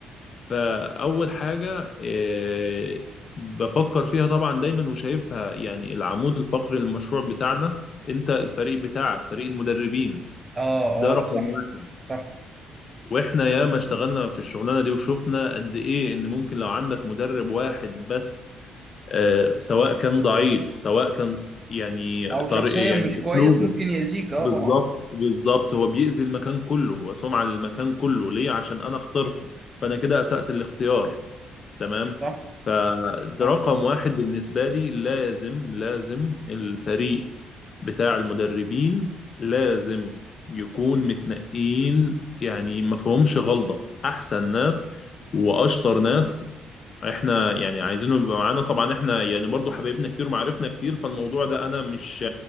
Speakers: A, on the left; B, on the right.
A: فأول حاجة آه، بفكر فيها طبعا دايما وشايفها يعني العمود الفقري للمشروع بتاعنا أنت الفريق بتاعك فريق المدربين
B: اه
A: ده رقم
B: اه صح
A: واحد
B: صح
A: واحنا ياما اشتغلنا في الشغلانه دي وشفنا قد ايه ان ممكن لو عندك مدرب واحد بس آه، سواء كان ضعيف سواء كان يعني
B: او شخصيا
A: طريق يعني
B: مش
A: اسلوبه
B: كويس ممكن يأذيك اه
A: بالظبط
B: طبعا
A: بالظبط هو بيأذي المكان كله هو سمعة للمكان كله ليه عشان انا اخترته فانا كده اسأت الاختيار تمام
B: صح
A: فرقم
B: صح
A: واحد بالنسبة لي لازم لازم الفريق بتاع المدربين لازم يكون متنقين يعني ما فيهمش غلطة أحسن ناس وأشطر ناس احنا يعني عايزينهم يبقى معانا طبعا احنا يعني برضو حبايبنا كتير ومعارفنا كتير فالموضوع ده انا مش